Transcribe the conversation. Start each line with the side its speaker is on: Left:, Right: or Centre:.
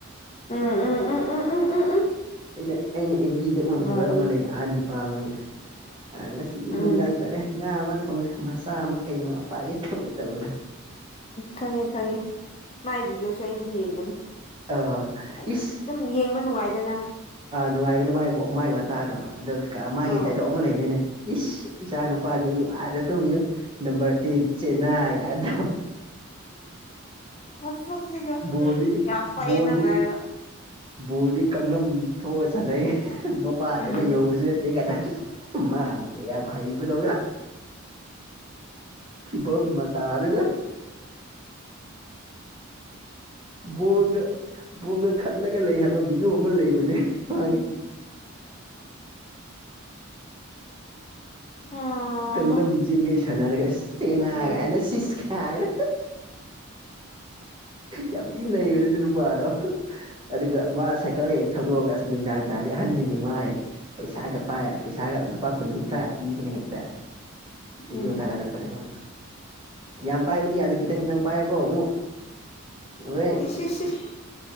Left: ꯎꯝ ꯎꯝ ꯎꯝ ꯎꯝ ꯎꯝ ꯎꯝ ꯎꯝ
Right: ꯑꯩꯅ ꯑꯩꯅ ꯑꯦꯕꯤꯗ ꯎꯈꯤꯕ
Left: ꯋꯥꯔꯤꯗꯣ
Right: ꯑꯃ ꯂꯩ ꯑꯍꯟ ꯅꯨꯄꯥ ꯑꯃꯒꯤ ꯑ ꯉꯁꯤꯗꯤ
Left: ꯎꯝ
Right: ꯅꯨꯡꯗꯥꯡ ꯇꯔꯦ ꯉꯥ ꯑꯃ ꯊꯣꯡꯉꯦ ꯃꯁꯥ ꯑꯃ ꯀꯩ ꯄꯥꯏꯑ ꯊꯧꯕ ꯇꯧꯕꯗꯣ
Left: ꯈꯪꯉꯦ ꯈꯪꯉꯦ ꯃꯥꯏ ꯚꯤꯗꯤꯑꯣꯁꯨ ꯑꯩ ꯑꯗꯨꯝ ꯌꯦꯡꯕꯅꯤ
Right: ꯑꯥ
Left: ꯍꯥꯏꯗꯤ
Right: ꯏꯁ
Left: ꯑꯗꯨꯝ ꯌꯦꯡꯕ ꯅꯨꯡꯉꯥꯏꯗꯅ
Right: ꯅꯨꯡꯉꯥꯏꯕꯅꯤꯒꯤ ꯃꯥꯒꯤ ꯋꯥꯗꯣ ꯑꯗꯨꯒ ꯃꯥꯒꯤ
Left: ꯑꯥꯎ
Right: ꯗꯥꯏꯂꯣꯛ ꯑꯃ ꯂꯩꯕꯅꯤꯅ ꯏꯁ ꯏꯆꯥ ꯅꯨꯄꯥꯁꯤ ꯗ ꯇꯨꯝ ꯅꯝꯕꯔ ꯇꯦꯟ ꯆꯦꯟꯅꯒꯝ
Left: ꯃꯁꯛꯁꯤꯒ
Right: ꯣꯗꯤ
Left: ꯌꯥꯝ ꯄꯛꯑꯦ
Right: ꯣꯗꯤ
Left: ꯅꯪꯅ ꯍꯥꯏꯕ
Right: ꯣꯗꯤ ꯀꯥꯡꯪꯅꯝ ꯊꯣꯛꯑ ꯁꯥꯟꯅꯩ ꯃꯄꯥꯗꯧꯅ
Left: ꯎꯝ
Right: ꯌꯧꯕꯁꯨ ꯅꯠꯇꯦ ꯀꯗ ꯃꯥꯕꯨ ꯀꯌꯥꯝ ꯃꯍꯩꯕꯗꯧꯔꯥ ꯏꯄꯝꯕ ꯇ ꯑꯗꯨꯒꯒ ꯕꯣꯔꯒ ꯕꯣꯔꯒ ꯈꯠꯂꯒ ꯂꯩ ꯍꯥꯏꯕ ꯚꯤꯗꯤꯑꯣ ꯑꯃ ꯂꯩꯕꯅꯦ ꯍ
Left: ꯑꯥ
Right: ꯀꯥꯡ ꯆꯦꯟꯒꯩ ꯁꯥꯟꯅꯔꯒ ꯆꯦꯅꯥ ꯀꯥꯏꯅ
Left: ꯎꯝ
Right: ꯁꯤꯁꯀ ꯍꯥꯏꯅ ꯌꯥꯝ ꯊꯤ ꯅꯩꯕꯅꯤ ꯑꯗꯨ ꯅꯨꯄꯥꯗꯣ ꯑꯗꯨꯒ ꯃꯥ ꯁꯥꯏꯀꯜ ꯍꯦꯛ ꯊꯧꯗꯣꯛꯑꯒ ꯑꯁ ꯅꯨꯡꯗꯥꯡ ꯇꯗꯤ ꯑꯖꯉꯤ ꯃꯥꯌꯦꯦ ꯄꯩꯁꯥꯒ ꯄꯥꯏ ꯄꯩꯁꯥꯒ ꯂꯨꯄꯥ ꯀꯨꯟ ꯀꯨꯟꯊ꯭ꯔꯥ ꯄꯤꯕꯅ ꯍꯦꯛꯇ ꯚꯗꯤꯑꯣ
Left: ꯎꯝ
Right: ꯊꯥꯒꯠꯂꯛꯄꯅꯦ ꯉ ꯌꯥꯝ ꯄꯥꯏꯕꯨꯗꯤ ꯌꯥꯗꯦ ꯈꯤꯇꯪ ꯈꯤꯇꯪ ꯄꯥꯏꯔꯀꯣ ꯑꯃꯨꯛ ꯌꯥꯝꯕꯔꯦ
Left: ꯎꯝ